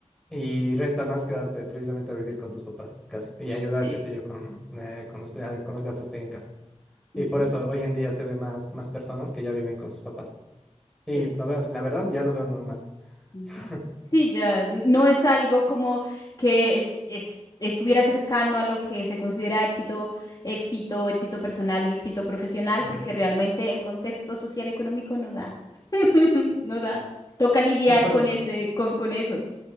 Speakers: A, in the centre; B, on the left.
A: Y renta más quedarte precisamente a vivir con tus papás, casi, y ayudar,
B: Sí.
A: qué sé yo, con, eh, con los, ah, con los gastos que hay en casa.
B: ujú,
A: Y por eso hoy en día se ve más, más personas que ya viven con sus papás. Y
B: cierto,
A: a ver, la verdad ya lo veo normal.
B: ujú.
A: <laughs>
B: Sí, ya n- no es algo como que es- es- estuviera cercano a lo que se considera éxito, éxito, éxito personal y éxito profesional,
A: Ujú.
B: porque realmente el contexto social económico no da. <laughs>
A: Sí.
B: No da. Toca lidiar
A: No, pero,
B: con ese, con, con eso.